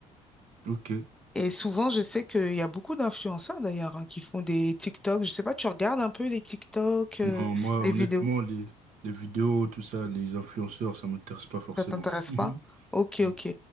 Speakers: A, on the right; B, in the centre.
A: Ok.
B: Et souvent, je sais qu'il y a beaucoup d'influenceurs d'ailleurs hein, qui font des TikTok. Je sais pas, tu regardes un peu les TikTok, euh,
A: Non, moi,
B: les
A: honnêtement,
B: vidéos.
A: les, les vidéos, tout ça, les influenceurs, ça m'intéresse pas forcément.
B: Ça t'intéresse
A: Mhm.
B: pas? Ok,
A: Non.
B: ok.